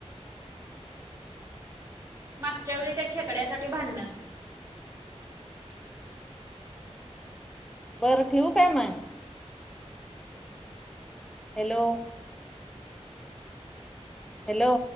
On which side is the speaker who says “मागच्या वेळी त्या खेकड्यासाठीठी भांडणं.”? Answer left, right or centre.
Right